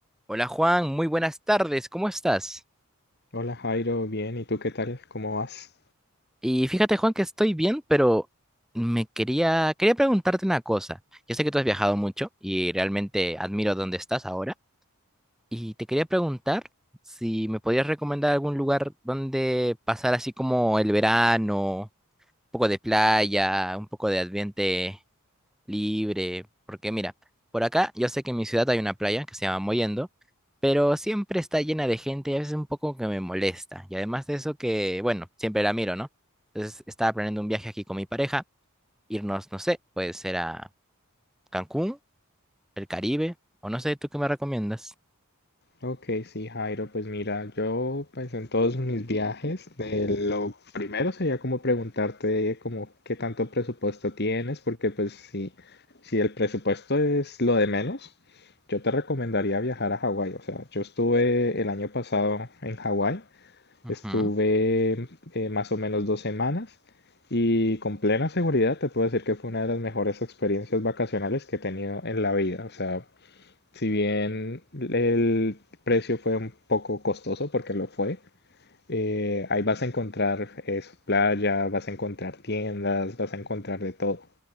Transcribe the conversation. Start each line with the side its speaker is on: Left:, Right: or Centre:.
Centre: Hola Juan, muy buenas tardes, ¿cómo estás?
Left: Hola Jairo, bien, ¿y tú qué tal? ¿Cómo vas?
Centre: Y fíjate Juan que estoy bien, pero me quería, quería preguntarte una cosa. Yo sé que tú has viajado mucho y realmente admiro dónde estás ahora. Y te quería preguntar si me podías recomendar algún lugar donde pasar así como el verano, un poco de playa, un poco de ambiente libre. Porque mira, por acá yo sé que en mi ciudad hay una playa que se llama Mollendo, pero siempre está llena de gente y a veces un poco que me molesta. Y además de eso que, bueno, siempre la miro, ¿no? Entonces estaba planeando un viaje aquí con mi pareja, irnos, no sé, puede ser a Cancún, el Caribe, o no sé, ¿tú qué me recomiendas?
Left: Ok, sí Jairo, pues mira, yo pues en todos mis viajes, eh, lo primero sería como preguntarte como qué tanto presupuesto tienes, porque pues si, si el presupuesto es lo de menos, yo te recomendaría viajar a Hawái, o sea, yo estuve el año pasado en Hawái,
Centre: Ujú.
Left: estuve eh, más o menos dos semanas. Y con plena seguridad te puedo decir que fue una de las mejores experiencias vacacionales que he tenido en la vida. O sea, Si bien el precio fue un poco costoso, porque lo fue, eh, ahí vas a encontrar eso, playa, vas a encontrar tiendas, vas a encontrar de todo.